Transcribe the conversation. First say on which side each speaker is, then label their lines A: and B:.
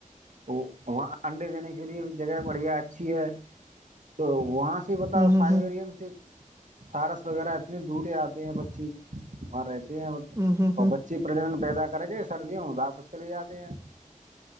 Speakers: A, on the right; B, on the right.
A: وہاں انڈے دینے کے لیے جگہ بڑھیا اچھی ہے تو وہاں سے بتاؤ
B: اہم،
A: سائبرین
B: اہم،
A: سے سارس وغیرہ اتنے دور ہی آتے ہیں بچ وہاں رہتے ہیں
B: اہم، اہم،
A: اور بچ <inaudible> ا پرجن پیدا کریں گے سردیوں میں واپس چلے جاتے ہیں